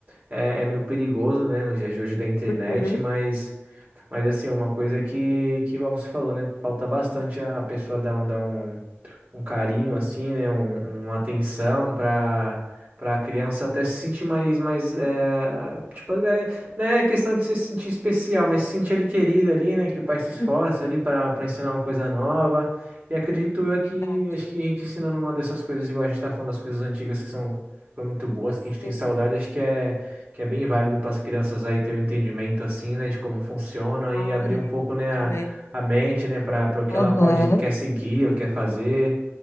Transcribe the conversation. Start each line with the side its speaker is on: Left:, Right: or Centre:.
Right: é, é meio perigoso, né? Nos dias de hoje da internet,
Left: uhum,
Right: mas mas assim, é uma coisa que, que igual você falou, né? Falta bastante a a pessoa dar, um- dar um, um carinho assim, né, um- uma atenção para para a criança até se sentir mais mais é, tipo, é, não é questão de se sentir especial, mas se sentir ali querida ali, né, que o pai se esforça
Left: uhum.
Right: ali para para ensinar uma coisa nova. E acredito eu
Left: É
Right: que
Left: verdade.
Right: acho que a gente ensinando uma dessas coisas, igual a gente tá falando das coisas antigas que são foram muito boas, que
Left: Sim,
Right: a gente tem saudade,
Left: né?
Right: acho que é que é bem válido para as crianças aí ter um entendimento assim, né, de como funciona e
Left: Ai,
Right: abrir um pouco,
Left: é muito,
Right: né, a,
Left: né?
Right: a mente, né, para para o que
Left: Aham,
Right: ela pode quer seguir ou quer fazer.